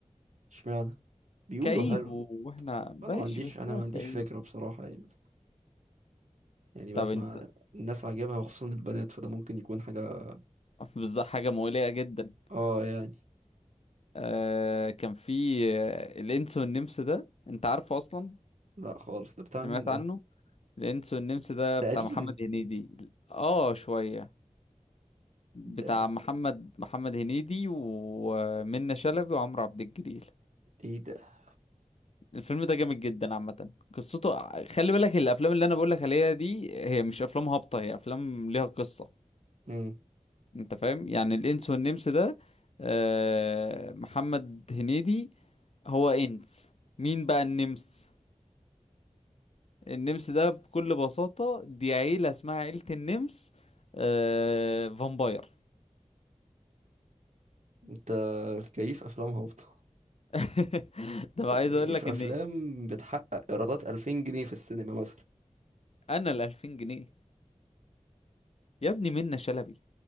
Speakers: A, on the right; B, on the left.
A: اشمعنى بيقولوا
B: كئيب
A: حلو
B: واحنا ماشي
A: انا ما عنديش
B: بس
A: انا
B: هو
A: ما عنديش
B: كئيب
A: فكرة بصراحة يعني يعني
B: طب
A: بسمع
B: انت
A: الناس عاجبها وخصوصا البنات فده ممكن يكون حاجة
B: <laughs> بالظبط حاجه مؤلمه جدا
A: اه يعني
B: آه كان في آه، الانس والنمس ده انت عارفه اصلا
A: لا خالص ده بتاع
B: سمعت
A: مين ده
B: عنه الانس والنمس ده
A: ده
B: بتاع
A: قديم
B: محمد هنيدي اه شوية بتاع
A: ده
B: محمد محمد هنيدي ومنة شلبي وعمرو عبد الجليل
A: ايه ده
B: الفيلم ده جامد جدا عامة قصته ع- خلي بالك الافلام اللي انا بقولك عليها دي هي مش افلام هابطة هي افلام ليها قصة
A: مم.
B: انت فاهم يعني الانس والنمس ده آه محمد هنيدي هو انس مين بقى النمس النمس ده بكل بساطة دي عيلة اسمها عيلة النمس آه... فامباير
A: انت كيف افلام هابطة
B: <laughs> ده بقى
A: انت
B: عايز
A: كيف
B: اقول لك
A: افلام
B: ان
A: بتحقق ايرادات 2000 جنيه في السينما مثلا
B: انا ال 2000 جنيه يا ابني منة شلبي